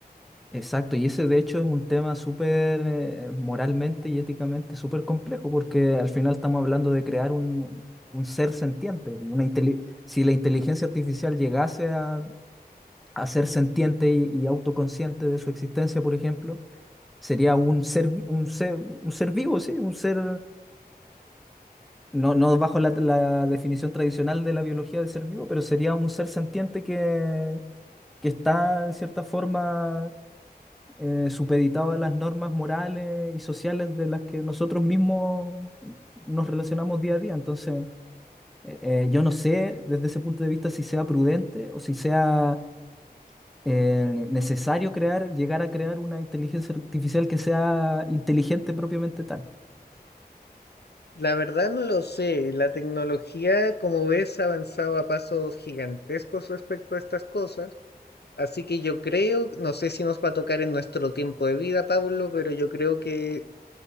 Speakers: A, in the centre; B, on the left.
A: exacto. Y ese de hecho es un tema súper eh, moralmente y éticamente súper complejo, porque al final estamos hablando de crear un, un ser sentiente. Una inteli- si la inteligencia artificial llegase a, a ser sentiente y, y autoconsciente de su existencia, por ejemplo, sería un ser, vi- un ser, un ser vivo, sí, un ser no, no bajo la, la definición tradicional de la biología de ser vivo, pero sería un ser sentiente que, que está en cierta forma eh, supeditado a las normas morales y sociales de las que nosotros mismos nos relacionamos día a día. Entonces, eh, yo no sé desde ese punto de vista si sea prudente o si sea eh, necesario crear, llegar a crear una inteligencia artificial que sea inteligente propiamente tal.
B: La verdad no lo sé. La tecnología, como ves, ha avanzado a pasos gigantescos respecto a estas cosas. Así que yo creo, no sé si nos va a tocar en nuestro tiempo de vida, Pablo, pero yo creo que